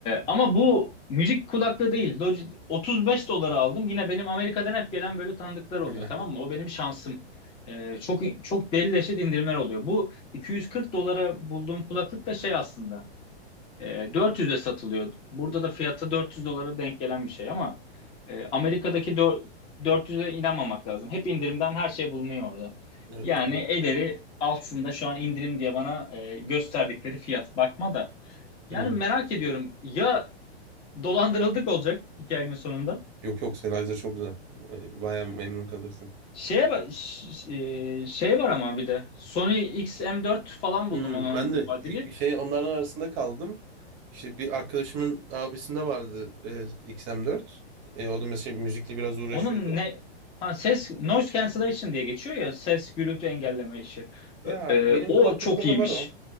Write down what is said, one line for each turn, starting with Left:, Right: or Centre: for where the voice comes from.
Left: ama bu müzik kulaklığı değil. Logi- 35 dolara aldım. Yine benim Amerika'dan hep gelen böyle tanıdıklar oluyor
Right: <laughs>
Left: tamam mı? O benim şansım. E, çok çok deli deşet indirimler oluyor. Bu 240 dolara bulduğum kulaklık da şey aslında. E, 400'e satılıyor. Burada da fiyatı 400 dolara denk gelen bir şey ama e, Amerika'daki dö- 400'e inanmamak lazım. Hep indirimden her şey bulunuyor orada.
Right: Ha, Evet.
Left: Yani
Right: o-
Left: ederi altında şu an indirim diye bana e, gösterdikleri fiyat bakma da. Yani
Right: Hı.
Left: merak ediyorum ya dolandırıldık olacak hikayenin sonunda.
Right: Yok yok Sennheiser çok güzel. E, Bayağı memnun kalırsın.
Left: Şeye ba- ş- e, şey var ama bir de Sony X m 4 falan buldum
Right: Hmm,
Left: onun
Right: ben de
Left: muadili.
Right: ilk şey onların arasında kaldım. İşte bir arkadaşımın abisinde vardı e, XM4. E, o da mesela müzikle biraz uğraşıyordu.
Left: Onun ne ha, ses noise cancellation diye geçiyor ya ses gürültü engelleme işi.
Right: Ya
Left: Ö- e,
Right: benim
Left: o
Right: kulaklıkta
Left: çok iyiymiş.
Right: da var o.